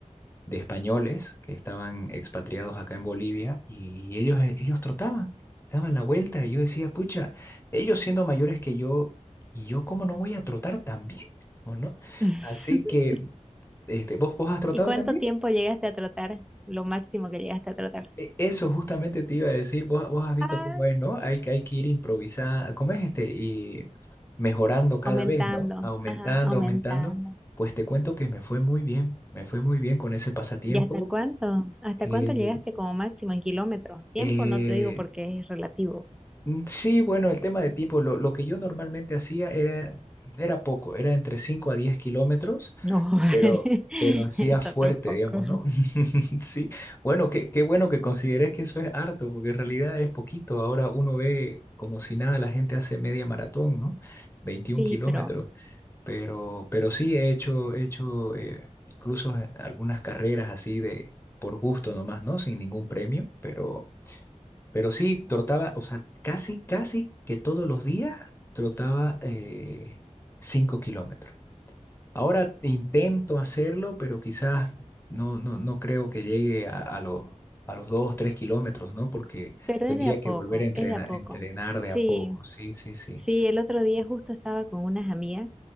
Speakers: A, on the left; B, in the centre.
A: de españoles que estaban expatriados acá en Bolivia y ellos, eh, ellos trotaban, daban la vuelta. Y yo decía, pucha, ellos siendo mayores que yo, ¿y yo cómo no voy a trotar también? ¿O no?
B: <laughs>
A: Así que, este, ¿vos, vos has trotado
B: ¿Y cuánto
A: también?
B: tiempo llegaste a trotar? Lo máximo que llegaste a trotar.
A: E- Eso justamente te iba a decir, vos, vos has visto
B: Ay,
A: cómo es, ¿no? Hay, que- hay que ir improvisando, ¿cómo es este? Y mejorando cada
B: aumentando,
A: vez, ¿no? Aumentando,
B: ajá, aumentando.
A: aumentando. Pues te cuento que me fue muy bien, me fue muy bien con ese pasatiempo.
B: ¿Y hasta cuánto? ¿Hasta
A: Eh,
B: cuánto llegaste como máximo en kilómetros? Tiempo
A: eh,
B: no te digo porque es relativo.
A: Mm, Sí, bueno, el tema de tiempo, lo, lo que yo normalmente hacía era, era poco, era entre 5 a 10 kilómetros,
B: No, <laughs>
A: pero,
B: eso
A: pero hacía fuerte,
B: no es poco.
A: digamos, ¿no? <laughs> Sí, bueno, qué, qué bueno que consideres que eso es harto, porque en realidad es poquito. Ahora uno ve como si nada, la gente hace media maratón, ¿no? 21
B: Sí,
A: kilómetros,
B: pero,
A: pero, pero sí he hecho, he hecho eh, incluso eh, algunas carreras así de por gusto nomás, ¿no? Sin ningún premio, pero pero sí, trotaba, o sea, casi, casi que todos los días trotaba eh, 5 kilómetros. Ahora intento hacerlo, pero quizás no, no, no creo que llegue a, a, los- a los 2, 3 kilómetros, ¿no? Porque
B: pero
A: tendría
B: es de a poco,
A: que volver a entrenar,
B: es de a poco.
A: entrenar de a
B: Sí,
A: poco. Sí, sí, sí.
B: sí, el otro día justo estaba con unas amigas